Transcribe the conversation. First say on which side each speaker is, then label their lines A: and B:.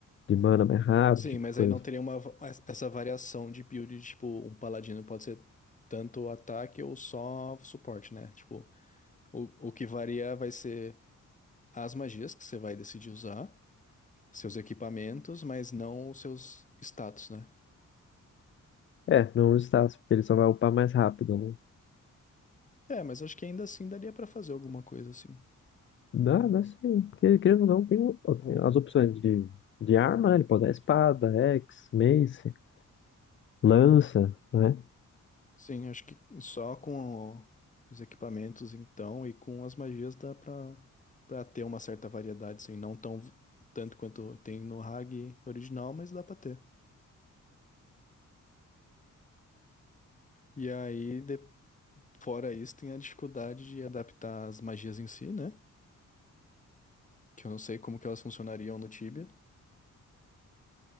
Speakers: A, on the left (about 40°); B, on the left (about 25°).
A: de mana mais rápido,
B: Sim,
A: tipo
B: mas
A: de coisa.
B: aí não teria uma, va- essa variação de build, tipo, um paladino pode ser tanto ataque ou só suporte, né? Tipo, o, o que varia vai ser as magias que você vai decidir usar, seus equipamentos, mas não os seus status, né?
A: É, não o status, porque ele só vai upar mais rápido né?
B: É, mas acho que ainda assim daria pra fazer alguma coisa assim.
A: Dá, dá sim. Porque, querendo ou não, tem as opções de, de arma, né? Ele pode dar espada, axe, mace, lança, né?
B: Sim, acho que só com o- os equipamentos então e com as magias dá pra para ter uma certa variedade, assim, não tão tanto quanto tem no Hag original, mas dá pra ter. E aí, de- fora isso, tem a dificuldade de adaptar as magias em si, né? Que eu não sei como que elas funcionariam no Tibia.